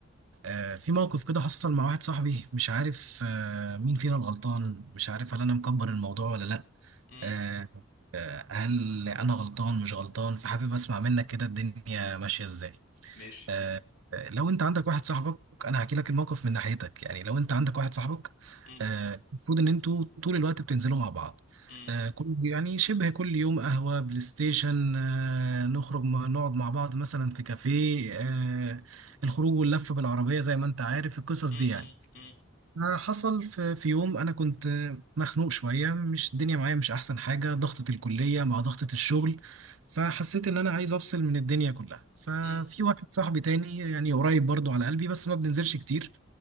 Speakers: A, on the right; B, on the left.
A: آه في موقف كده حصل مع واحد صاحبي مش عارف آه مين فينا الغلطان مش عارف هل انا مكبر الموضوع ولا لا
B: امم
A: آه، آه، هل انا غلطان مش غلطان فحابب اسمع منك كده الدنيا ماشيه ازاي
B: ماشي
A: آه، آه، لو انت عندك واحد صاحبك انا هحكي لك الموقف من ناحيتك يعني لو انت عندك واحد صاحبك
B: امم
A: آه، المفروض ان انتوا طول الوقت بتنزلوا مع بعض
B: امم
A: آه، كل يعني شبه كل يوم قهوه بلاي ستيشن آه، نخرج م- نقعد مع بعض مثلا في كافيه آه، الخروج واللف بالعربيه زي ما انت عارف القصص
B: امم
A: دي يعني
B: امم
A: آه، حصل في في يوم انا كنت آه، مخنوق شويه مش الدنيا معايا مش احسن حاجه ضغطه الكليه مع ضغطه الشغل فحسيت ان انا عايز افصل من الدنيا كلها ففي
B: امم
A: واحد صاحبي تاني يعني قريب برضو على قلبي بس ما بننزلش كتير